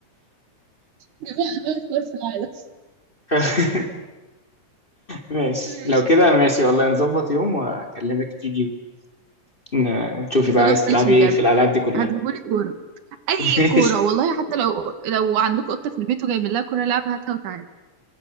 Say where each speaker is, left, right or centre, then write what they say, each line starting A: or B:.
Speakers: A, on the right; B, on the left.
A: بقى كورة في العالم
B: <laughs> ماشي
A: ماشي
B: لو كده ماشي والله نظبط يوم واكلمك تيجي ن- تشوفي بقى
A: خلاص
B: عايز
A: ماشي
B: تلعبي
A: بجد
B: ايه في الالعاب دي كلها
A: هتجيبولي كورة أي
B: <laughs> ماشي
A: كورة والله حتى لو لو عندك قطة في البيت وجايبين لها كورة لعبة هاتها وتعالي